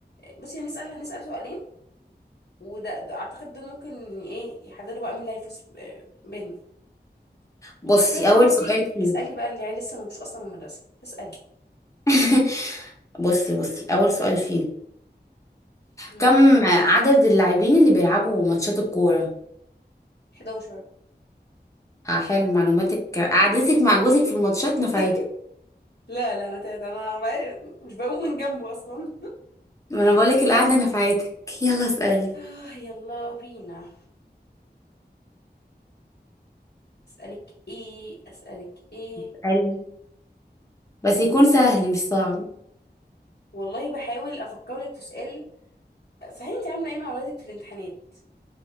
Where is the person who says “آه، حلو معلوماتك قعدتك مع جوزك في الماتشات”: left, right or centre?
Left